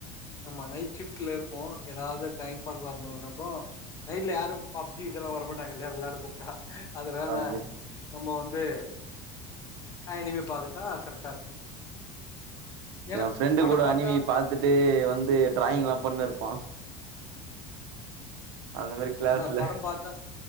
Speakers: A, on the left; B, on the right.
A: ஆமா நைட் ஷிஃப்ட்ல இருப்போ எதாவ்து டைம் பாஸ் ஆகணுனப்போ நைட்ல யாரு பப்ஜிகெல்லா வரமாட்டாங்க இல்யா விளாட கூப்ட்டா அதுனால
B: அப்டி
A: நம்ம வந்து அனிமே பாக்கதா கரெக்ட்டா இருக்கு ஏன்னா
B: எ ஃப்ரெண்டு
A: படம்
B: கூட
A: பாத்தா
B: அனிமீ பாத் துட்டு வந்து ட்ராய்ங் எல்லா பண்ணிருப்பா அந்த மாரி க்ளாஸ்ல
A: அதா படம் பாத்தா